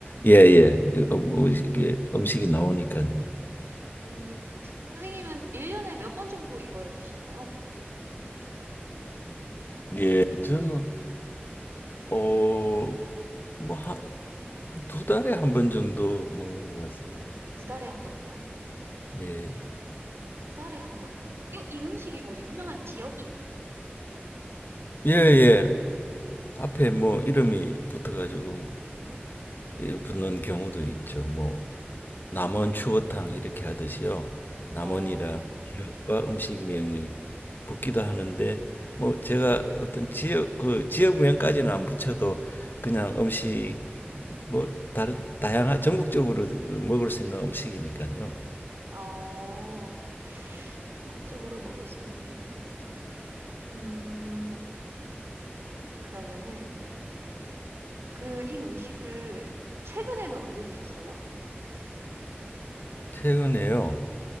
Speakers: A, on the left; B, on the right.
A: 예예 어, 뭐 이게 음식이 나오니까요.
B: 음, 선생님은 1년에 몇 번 정도 이걸 드시나요?
A: 예, 저는 어 뭐 한 한 두 달에 한 번 정도 먹는 것 같습니다.
B: 두 달에 한 번이요?
A: 예.
B: 두 달에 한 번 정도. 이, 이 음식이 뭐 유명한 지역이 있나요?
A: 예, 예. 앞에 뭐 이름이 붙어가지고 어, 예, 붙는 경우도 있죠. 뭐 남원 추어탕 이렇게 하듯이요. 남원이랑
B: 어,
A: 지역과 음식명이 붙기도 하는데 뭐 제가 어떤 지역 그 지역명까지는 안 붙여도 그냥 음식 뭐 다른 다양한 전국적으로 먹을 수 있는 음식이니까요.
B: 어, 한국적으로 먹을 수 있는 음식이다. 음, 그러면은 그 이 음식을 최근에는 언제 드셨어요?
A: 최근에요.